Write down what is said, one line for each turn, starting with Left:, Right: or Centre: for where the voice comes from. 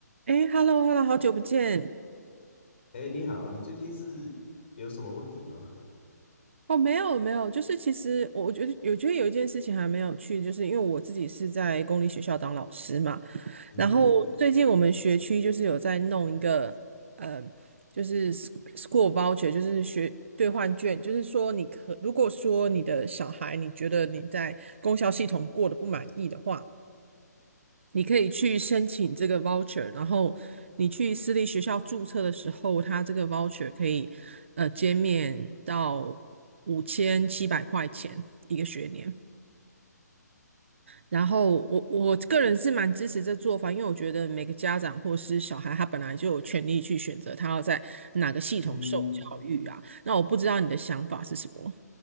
Right: 哎 h e l l o h e l l o 好久不见。
Left: 哎，你好，你最近是有什么问题吗？
Right: 哦，没有没有，就是其实我我觉得有觉得有一件事情还没有去，就是因为我自己是在公立学校当老师嘛，
Left: <laughs> 嗯哼，
Right: 然后最近我们学区就是有在弄一个，呃，就是 s- school voucher，就是学兑换券，就是说你可如果说你的小孩你觉得你在公校系统过得不满意的话。你可以去申请这个 voucher，然后你去私立学校注册的时候，它这个 voucher 可以呃减免到五千七百块钱一个学年。然后我我个人是蛮支持这做法，因为我觉得每个家长或是小孩，他本来就有权利去选择他要在哪个系统受教育啊。
Left: 嗯，
Right: 那我不知道你的想法是什么？